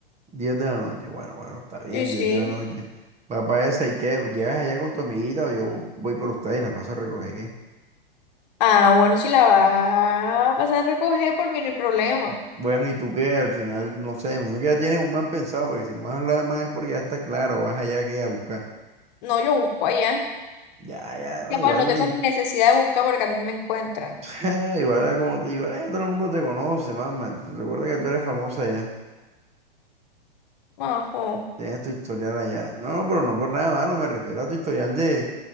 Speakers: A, on the right; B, on the left.
A: 10 de la noche, bueno, bueno, está bien,
B: Sí, sí.
A: 10 de la noche. va para esa, ¿y qué? ¿Llegas allá con tu amiguita o yo voy por ustedes y las paso a recoger, qué?
B: Ah, bueno, si la vas a pasar a recoger, por mí no hay problema.
A: Bueno, ¿y tú qué? Al final, no sé, me imagino que ya tienes un man pensado, porque si no me has hablado de man es porque ya está claro, vas allá que a buscar.
B: No, yo busco allá.
A: Ya, ya,
B: Y
A: no,
B: bueno,
A: igual,
B: no tengo ni necesidad de buscar porque a mí me encuentran.
A: <laughs> Igual era como, igual ya todo el mundo te conoce, mamá. Tú- Recuerda que tú eres famosa ya.
B: Ajo.
A: Tienes tu historial allá. No, pero no por nada malo, me refiero a tu historial de,